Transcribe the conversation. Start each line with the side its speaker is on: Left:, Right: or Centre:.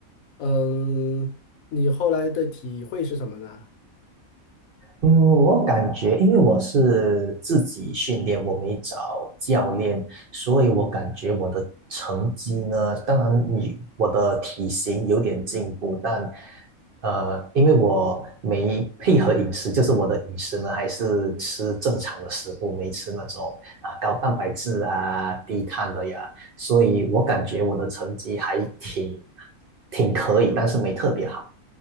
Left: 嗯，你后来的体会是什么呢？
Right: 嗯，我感觉，因为我是自己训练，我没找教练，所以我感觉我的成绩呢，当然你我的体型有点进步，但呃，因为我没配合饮食，就是我的饮食呢还是吃正常的食物，没吃那种啊高蛋白质啊、低碳的呀，所以我感觉我的成绩还挺挺可以，但是没特别好。